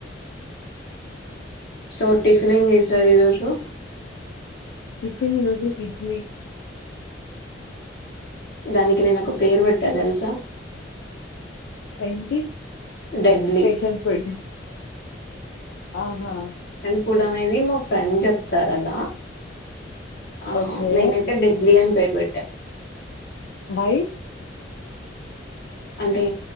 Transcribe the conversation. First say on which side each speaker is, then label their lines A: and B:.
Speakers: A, on the left (about 65°); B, on the left (about 80°).
A: సో టిఫిన్ ఏం చేసారు ఈరోజు?
B: టిఫిన్ ఈరోజు ఇడ్లీ.
A: దానికి నేను ఒక పేరు పెట్టను తెలుసా
B: ఏంటి
A: డెడ్లీ
B: ఫేషన్ పెడ్ ఆహా
A: ఎప్పుడు అనేది మా ఫ్రెండ్ చెప్తారు అలా ఆ
B: ఓకే
A: నేనైతే డెబ్లీ అని పేరు పెట్టా
B: వై
A: అంటే